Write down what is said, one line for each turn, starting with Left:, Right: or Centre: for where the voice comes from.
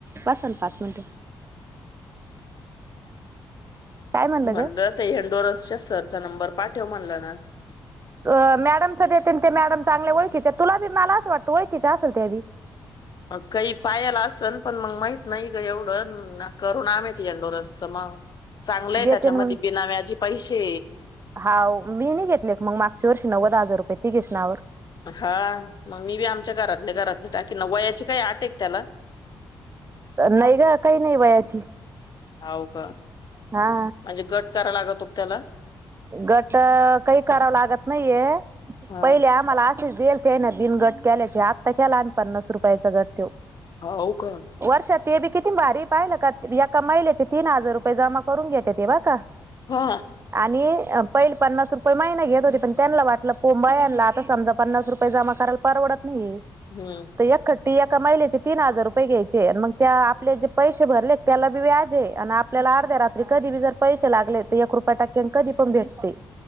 Right: बस ना पाच मिनटं. काय म्हणलं
Left: म्हटलं
Right: ग
Left: ते इंडोरसच्या सरचा नंबर पाठव म्हणला ना.
Right: अ मॅडमचा देते ते मॅडम चांगले ओळखीचे, तुला बी मला असं वाटतं ओळखीच्या असेल ते बी.
Left: काही पायाला असन पण मंग माहित नाही ग एवढं ना करूना इंडोरसच मग चांगलंय
Right: देते
Left: त्याच्यामध्ये
Right: ना मग
Left: बिना व्याजी पैसे
Right: हाव मी नाही घेतले मग मागच्या वर्षी नव्वद हजार रुपये तीघींच्या नावावर.
Left: हा मग मी बी आमच्या घरातल्या घरातले टाकी न वयाची काही आट आहे का त्याला
Right: नाही ग काही नाही वयाची
Left: होव का
Right: हा
Left: म्हणजे गट करा लागतो त्याला.
Right: गट काही कराव लागत नाहीये
Left: हा
Right: पहिले आम्हाला असेच देईल. ते ना दिनगट केल्याचे आत्ता केला आणि पन्नास रुपये गट त्यो.
Left: हा हो का
Right: वर्षात ते बी किती भारी पाहिलं का एका महिलेचे तीन हजार रुपये जमा करून घेते ते बा का ह
Left: हा
Right: <unintelligible> आणि पहिली पन्नास रुपये महिना घेत होती पण त्यांना वाटलं पोंबायाला आता समजा पन्नास रुपये जमा करा परवडत नाही.
Left: हम्
Right: एक खट्टी एका महिलेचे तीन हजार रुपये घ्यायचे आणि मग त्या आपले जे पैसे भरले त्याला बी व्याज जे आणि आपल्याला अर्ध्या रात्री कधी बी जर पैसे लागले तर एक रुपये टक्क्यां कधी पण भेटते.